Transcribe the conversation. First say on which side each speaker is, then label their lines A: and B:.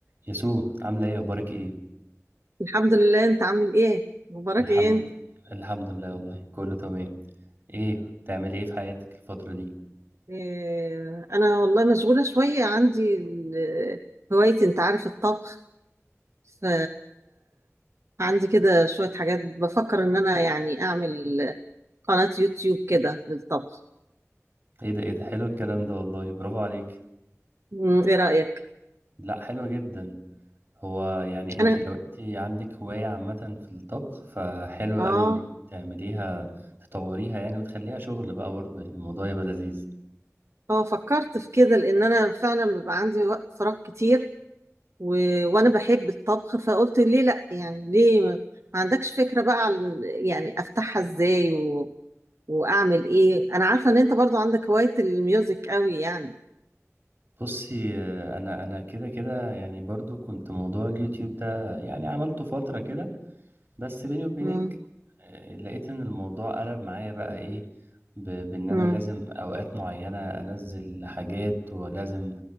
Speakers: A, on the right; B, on the right.
A: يسوع عاملة ايه اخبارك ايه
B: الحمد لله انت عامل ايه مبارك
A: الحمد
B: ايه انت
A: الحمد لله والله كله تمام ايه بتعملي ايه في حياتك الفترة دي
B: إيه انا والله مشغوله شويه عندي ال- هوايتي انت عارف الطبخ ف عندي كده شويه حاجات بفكر ان انا يعني اعمل قناه يوتيوب كده للطبخ
A: ايه ده ايه ده حلو الكلام ده والله برافو عليك
B: مم، ايه رايك
A: لا حلو جدا هو يعني انت
B: انا
A: لو انت عندك هواية عامة في الطبخ فحلو
B: اه
A: قوي ان انت تعمليها تطوريها يعني وتخليها شغل بقى برضه يعني الموضوع يبقى لذيذ
B: اه فكرت في كده لان انا فعلا بيبقى عندي وقت فراغ كتير و... وانا بحب الطبخ فقلت ليه لا يعني ليه ما ما عندكش فكرة بقى عن يعني افتحها ازاي واعمل ايه انا عارفه ان انت برضو عندك هوايه الميوزك قوي يعني
A: بصي آه، انا انا كده كده يعني برضه كنت موضوع اليوتيوب ده يعني عملته فترة كده بس بيني وبينك
B: امم
A: آه، لقيت ان الموضوع قلب معايا بقى ايه ب- بان انا
B: امم
A: لازم اوقات معينة انزل حاجات ولازم